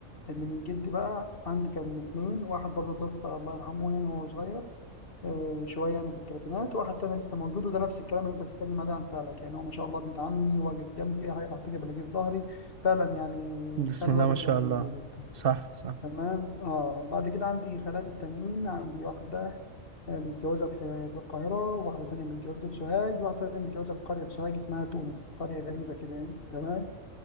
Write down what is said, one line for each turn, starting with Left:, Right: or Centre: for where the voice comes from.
Left: اللي من جدي بقى عندي كان اتنين واحد برضه توفى الله يرحمه يعني وهو صغير آه، شويه يعني في الثلاثينات واحد تاني لسه موجود وده نفس الكلام اللي انت بتتكلم عليه عن خالك يعني هو ما شاء الله بيدعمني واقف جنبي اي حاجه بحتاجها بلاقيه في ظهري فعلا يعني
Right: بسم
Left: الخال
Right: الله
Left: والد
Right: ما شاء
Left: زي ما بيقولوا
Right: الله صح صح
Left: تمام اه وبعد كده عندي خالات التانيين عندي واحده آه، متجوزه في في القاهره واحده تانية متجوزه في سوهاج واحده تانية متجوزه في قريه في سوهاج اسمها تونس قريه غريبه كده يعني تمام